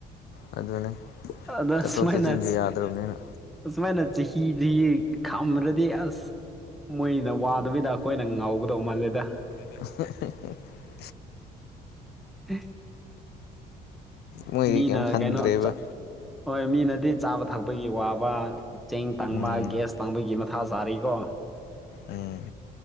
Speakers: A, on the left; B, in the centre.
A: ꯑꯗꯨꯅꯦ
B: ꯑꯗ
A: ꯆꯠꯊꯣꯛ
B: ꯁꯨꯃꯥꯏꯅ
A: ꯆꯠꯁꯤꯟꯁꯨ ꯌꯥꯗ꯭ꯔꯕꯅꯤꯅ
B: ꯎꯃ ꯅ ꯆꯍꯤꯗꯤ ꯈꯝ ꯔꯗ ꯑꯁ ꯃꯣꯏꯅ ꯋꯥꯗꯕꯤꯗ ꯑꯩꯈꯣꯏꯅ ꯉꯧꯒꯗꯧ ꯃꯥꯜꯂꯦꯗ
A: <unintelligible>
B: ꯎꯝ
A: ꯃꯣꯏꯗꯤ
B: ꯃꯤꯅ
A: ꯀꯩꯝ ꯈꯟꯗ꯭ꯔꯦꯕ
B: ꯀꯩꯅꯣ ꯍꯣꯏ ꯃꯤꯅꯗꯤ ꯆꯥꯕ ꯊꯛꯄꯒꯤ ꯋꯥꯕ ꯆꯦꯡ ꯇꯥꯡꯕ
A: ꯎꯝ
B: ꯒ꯭ꯌꯥꯁ ꯇꯥꯡꯕꯒꯤ ꯃꯊꯥ ꯆꯥꯔꯤꯀꯣ
A: ꯎꯝ